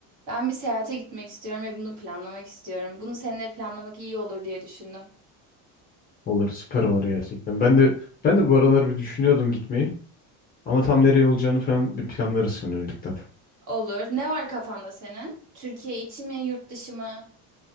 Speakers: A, on the right; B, on the left.
A: Ben bir seyahate gitmek istiyorum ve bunu planlamak istiyorum. Bunu seninle planlamak iyi olur diye düşündüm.
B: Olur, süper olur gerçekten. Ben de ben de bu aralar bir düşünüyordum gitmeyi. Ama tam nereye olacağını falan bir planlarız şimdi birlikte.
A: Olur. Ne var kafanda senin? Türkiye içi mi, yurt dışı mı?